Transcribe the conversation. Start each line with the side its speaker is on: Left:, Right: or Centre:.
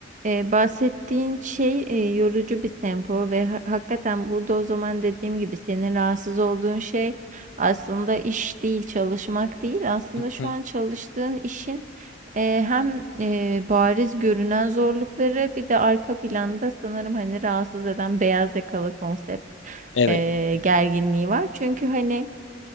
Right: eee, bahsettiğin şey, eee, yorucu bir tempo ve ha hakikaten burada o zaman dediğim gibi senin rahatsız olduğun şey aslında iş değil, çalışmak değil. Aslında
Left: Hı
Right: şu
Left: hı,
Right: an çalıştığın işin, eee, hem, eee, bariz görünen zorlukları bir de arka planda sanırım, hani, rahatsız eden beyaz yakalı konsept,
Left: Evet,
Right: eee, gerginliği var. Çünkü, hani,